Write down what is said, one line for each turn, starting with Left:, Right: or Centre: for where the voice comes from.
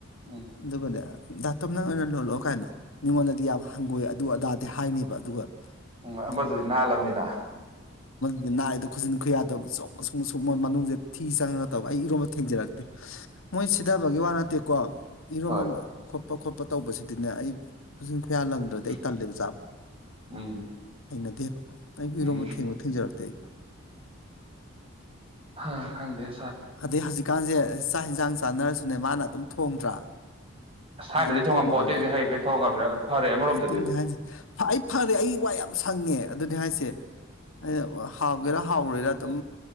Right: ꯎꯝ
Left: ꯗꯨꯀꯅꯦ ꯗꯥꯛꯇꯞ ꯅꯪ ꯑꯣꯏꯅ ꯂꯣꯜꯂꯛꯑꯣ ꯀꯥꯏꯅ ꯃꯤꯉꯣꯟꯗꯗꯤ ꯌꯥꯝ ꯍꯪꯒꯣꯏ ꯑꯗꯨ ꯑꯗꯥꯗꯤ ꯍꯥꯏꯅꯦꯕ ꯑꯗꯨꯒ
Right: ꯎꯝ
Left: ꯑꯗꯨ
Right: ꯑꯃꯁꯨꯗꯤ ꯅꯥꯍꯜꯂꯕꯅꯤꯅ
Left: ꯅꯥꯏꯗ ꯈꯨꯁꯤꯟ ꯈꯨꯌꯥꯗꯕ ꯑꯧ ꯁꯨꯡꯃ ꯁꯨꯡꯃ ꯃꯅꯨꯡꯁꯦ ꯊꯤ ꯆꯪꯉꯒ ꯇꯕ ꯑꯩ ꯊꯦꯡꯖꯔꯛꯇꯦ ꯃꯣꯏ ꯁꯤꯊꯕꯒꯤ ꯋꯥ ꯅꯠꯇꯦꯀꯣ ꯏꯔꯣꯝꯕ
Right: ꯍꯣꯏ
Left: ꯆꯣꯠꯄ ꯈꯣꯠꯄ ꯇꯧꯕꯁꯤꯗꯤꯅꯦ ꯑꯩ ꯈꯨꯆꯟ ꯈꯨꯌꯥ ꯂꯪꯗ꯭ꯔꯗꯤ
Right: ꯎꯝ
Left: ꯑꯩ ꯇꯜꯂꯦꯕ ꯆꯥꯕ
Right: ꯎꯝ
Left: ꯑꯩꯅ ꯗꯦꯕ ꯑꯩꯒꯤ
Right: ꯎꯝ
Left: ꯏꯔꯣꯝꯕ ꯊꯦꯡꯕ ꯊꯦꯡꯖꯔꯛꯇꯦ ꯑꯩ
Right: ꯍ ꯈꯪꯗꯦꯦ
Left: ꯑꯗꯩ ꯍꯧꯖꯤꯛꯀꯥꯟꯁꯦ ꯆꯥꯛ ꯏꯟꯖꯥꯡ ꯆꯥꯟꯅꯔꯁꯨꯅꯦ ꯃꯥꯅ ꯑꯗꯨꯝ ꯊꯣꯡꯗ꯭ꯔꯥ
Right: ꯑꯁ ꯊꯥꯏꯅꯗꯤ
Left: ꯑ
Right: ꯊꯣꯡꯉꯝꯄꯣꯠꯇꯦ
Left: ꯊꯣꯡꯉꯕꯅꯦ
Right: ꯍꯧꯖꯤꯛ ꯍꯌꯦꯡꯗꯩ ꯊꯣꯡꯉꯕꯅꯤꯅ ꯐꯔꯦ ꯑꯃꯔꯣꯝꯗꯗꯤ
Left: ꯑꯗꯨꯅꯤ
Right: ꯑꯗꯣ
Left: ꯍꯥꯏꯁ ꯑꯩ ꯐꯔꯦ ꯑꯩ ꯋꯥ ꯌꯥꯝ ꯁꯪꯉꯦ ꯑꯗꯨꯅꯤ ꯍꯥꯏꯁꯦ ꯑꯩꯅ ꯍꯥꯎꯒꯦꯔ ꯍꯥꯎꯔꯣꯏꯔꯥ ꯑꯗꯨꯝ